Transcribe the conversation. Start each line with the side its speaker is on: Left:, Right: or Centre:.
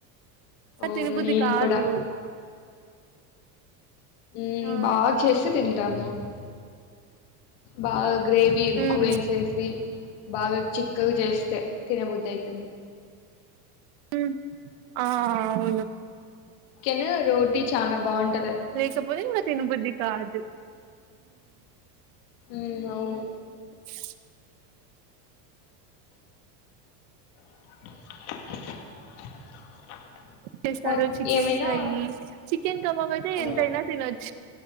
Left: అవును
Right: తినబుది
Left: నేను
Right: కాదు.
Left: కూడా ఉమ్మ్
Right: ఆ
Left: బాగా చేస్త తింటాము. బాగా గ్రేవీ ఎక్కువ
Right: మ్మ్
Left: వేసేసి. బాగా చిక్కగ చేస్తే తినేబుద్ధి అయితది.
Right: మ్ ఆ ఆవును
Left: శనగ రోటీ చానా బాగుంట
Right: లేకపోతే ఇక తినబుద్దీ కాదు.
Left: మ్ అవును.
Right: ప్చ్
Left: <unintelligible>
Right: చేస్తారు
Left: వన్
Right: చికెన్
Left: ఏమైనా
Right: ఫ్రై, చికెన్ కబాబ్ అయితే
Left: ఆ
Right: ఎంతైనా తినొచ్చు.